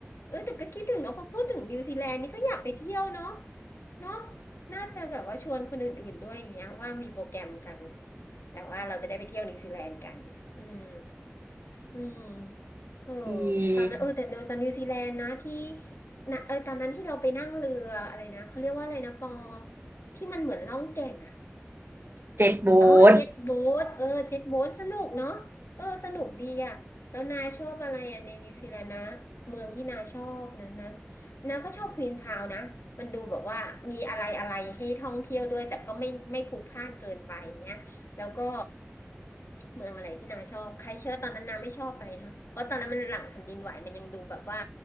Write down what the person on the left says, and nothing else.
เออแต่ก็คิดถึงเนาะพอพูดถึงนิวซีแลนด์นี่ก็อยากไปเที่ยวเนาะเนาะน่าจะแบบว่าชวนคนอื่นๆด้วยอย่างเงี้ยว่ามีโปรแกรมกันแบบว่าเราจะได้ไปเที่ยวนิวซีแลนด์กันอืม อืมเออ
ตอนนั้นเออแต่เดินตอนนิวซีแลนด์นะที่นะเออตอนนั้นที่เราไปนั่งเรืออะไรนะเขาเรียกว่าอะไรนะปอที่มันเหมือนล่องแก่ง
เจ็ตอ๋อเจ็ตโบ๊ทเออเจ็ตโบ๊ทสนุกเนาะเออสนุกดีอ่ะแล้วนาชอบอะไรอ่ะในนิวซีแลนด์นะ เมืองที่นาชอบนั้นนั้นนาก็ชอบควีนทาวน์นะมันดูแบบว่ามีอะไรอะไรให้ท่องเที่ยวด้วยแต่ก็ไม่ไม่พลุกพล่านเกินไปอย่างเงี้ยแล้วก็เมืองอะไรที่นาชอบใครเชื่อตอนนั้นนาไม่ชอบไปนะเพราะตอนนั้นมันหลังแผ่นดินไหวมันยังดูแบบว่า